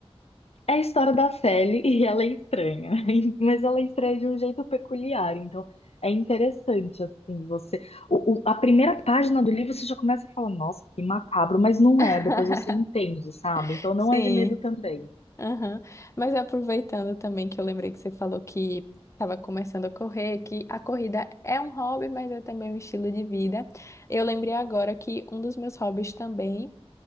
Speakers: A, on the left; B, on the left.
A: É a história da Sally e ela é estranha, <laughs> mas ela é estranha de um jeito peculiar, então é interessante, assim, você... o- o- a primeira página do livro você já começa a falar, nossa, que macabro, mas não
B: <laughs>
A: é, depois você entende, sabe? Então não
B: Sim,
A: é de medo também.
B: aham. Mas aproveitando também que eu lembrei que você falou que estava começando a correr, que a corrida é um hobby, mas é também um estilo de vida. Eu lembrei agora que um dos meus hobbies também.